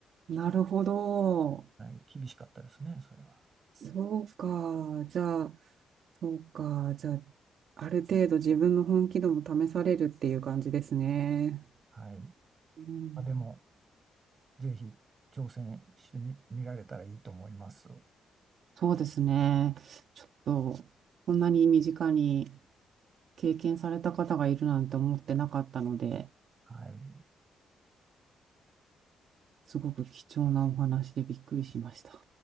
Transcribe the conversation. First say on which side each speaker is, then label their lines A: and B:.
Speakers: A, on the right; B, on the right.
A: なるほど。
B: はい、厳しかったですね、それは。
A: そうか。じゃあ、そうか。じゃあ、ある程度自分の本気度も試されるっていう感じですね。
B: はい。
A: うん、
B: まあ、でも、ぜひ挑戦してみ、見られたらいいと思います。
A: そうですね。ちょっと、こんなに身近に経験された方がいるなんて思ってなかったので、
B: はい。
A: すごく貴重なお話でびっくりしました。